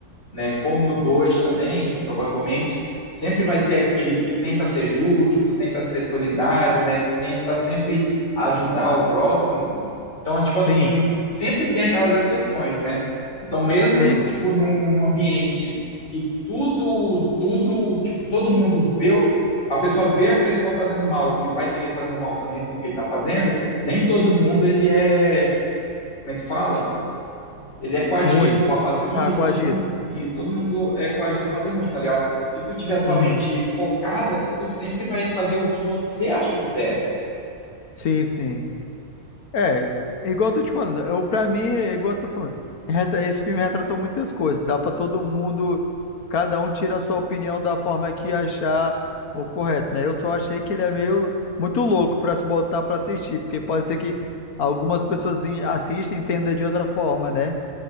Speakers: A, on the left; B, on the left.
A: né? Como no 2 também, provavelmente, sempre vai ter aquele que tenta ser justo, tenta ser solidário, né? Tenta sempre ajudar o próximo, pô. Então, tipo assim,
B: sim,
A: sempre tem aquelas exceções, né? Então, mesmo
B: sim.
A: tipo num, num ambiente que tudo, tudo, tipo, todo mundo vê, a pessoa vê a pessoa fazendo mal e vai querer fazer o mal também porque está fazendo, nem todo mundo ele é, como é que fala? Ele é coagido
B: Ruim.
A: pô, fazer isso,
B: Ah, coagido.
A: todo mundo, isso, todo mundo é coagido a fazer ruim, tá ligado? Se tu tiver tua
B: Uhum.
A: mente focada, tu sempre vai fazer o que você acha o certo.
B: Sim, sim. É, é igual eu tô te falando, eu, pra mim, é igual eu tô falando, reta- esse filme retratou muitas coisas, dá pra todo mundo, cada um tira a sua opinião da forma que achar o correto, né? Eu só achei que ele é meio muito louco pra se botar pra assistir, porque pode ser que algumas pessoas em- assistem e entendam de outra forma, né?